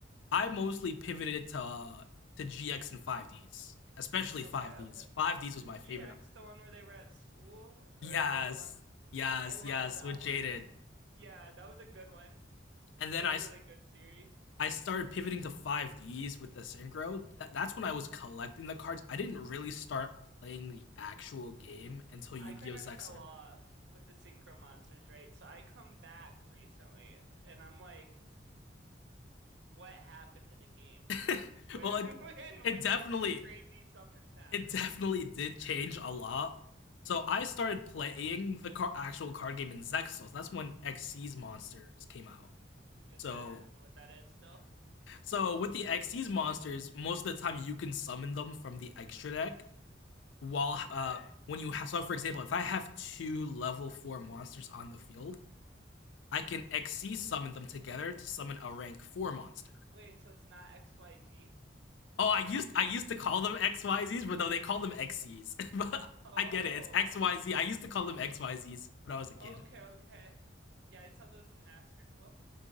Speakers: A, on the left (about 80°); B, on the right (about 70°).
A: I mostly pivoted to to GX and 5Ds, especially
B: Okay,
A: 5Ds.
B: okay.
A: 5Ds
B: Is
A: was my
B: GX
A: favorite.
B: the one where they were at school, or
A: Yes,
B: is that the one?
A: yes,
B: I loved
A: yes,
B: that
A: with
B: one.
A: Jaded.
B: Yeah, that was a good one.
A: And then
B: That was
A: I
B: a
A: I
B: really good series.
A: started pivoting to 5Ds with the synchro. Tha- That's when I was collecting the cards. I didn't really start playing the actual game until Yu-Gi-Oh!
B: I kind
A: Zexal.
B: of fell off with the Synchro Monsters, right? So I come back recently, and I'm like, what happened to the game?
A: <laughs>
B: Where,
A: well, it,
B: <laughs> when,
A: it
B: when
A: definitely
B: did all these crazy summons happen?
A: it definitely did change a lot. So I started playing the car- actual card game in Zexos. That's when XC's monsters came out.
B: Just,
A: So
B: yeah, I don't
A: yeah.
B: even know what that is still.
A: so with the XC's monsters, most of the time you can summon them from the extra deck. While
B: Okay.
A: uh, when you have, so for example, if I have two level four monsters on the field, I can XC summon them together to summon a rank four monster.
B: Wait, so it's not XYZ? Is
A: Oh, I
B: that?
A: used I used to call them XYZs, but no, they call them XCs. <laughs> But
B: Oh.
A: I get it. It's XYZ. I used to call them XYZs when I was a kid.
B: Okay, okay. Yeah, I saw those in Master Duel.